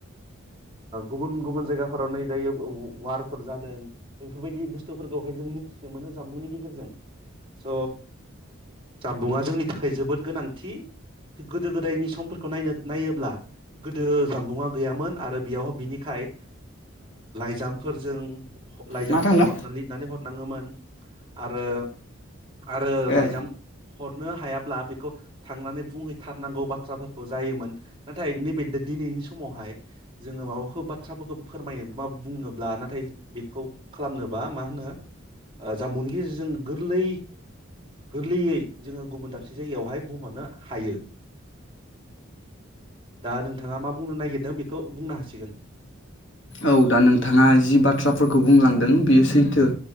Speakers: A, on the right; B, on the left.
A: गुबुन गुबुन जायगाफोराव नै दायो व वारफोर जादों बेफोरबायदि बुस्थुफोरखौहाय जों मिथिनो मोनो जानबुंनि गेजेरजों स जानबुङा जोंनि थाखाय जोबोद गोनांथि गोदो गोदायनि समफोरखौ नायनो नायोब्ला गोदो जानबुङा गैयामोन आरो बेयावहाय बिनिखाय एगजामफोरजों लाइजामफोर
B: मा थांनो
A: हर लिरनानै हरनाङोमोन आरो आरो
B: ए
A: लाइजाम हरनो हायाब्ला बेखौ थांनानै बुंहैथारनांगौ बाथ बाथ्राफोरखौ जायोमोन नाथाय नैबे दिनैनि समावहाय जोङो माबाफोर बाथ्राफोरखौ फोरमायनो मा बुंनोब्ला नाथाय बेखौ खालामनोबा मा होनो जाबुंनि गेजेरजों गोरलै गोरलैयै जोङो गुबुन दाबसे जायगायावहाय बुंहरनो हायो दा नोंथाङा मा बुंनो नागिरदों खौ बुंनो हासिगोन
B: औ दा नोंथाङा जि बाथ्राफोरखौ बुंलांदों बियो सैथो